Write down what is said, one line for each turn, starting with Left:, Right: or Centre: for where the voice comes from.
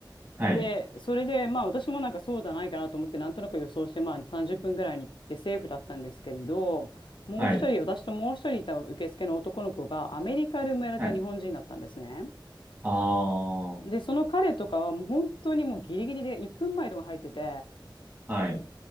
Right: はい。
Left: で、それで、まあ私もなんかそうじゃないかなと思って、なんとなく予想して、まあ30分ぐらいに行ってセーフだったんですけれど、もう一人、
Right: はい。
Left: 私ともう一人いた受付の男の子がアメリカで生まれた日本人だったんですね。
Right: はい。ああ。
Left: で、その彼とかはもう本当にもうギリギリで1分前とか入ってて、
Right: はい。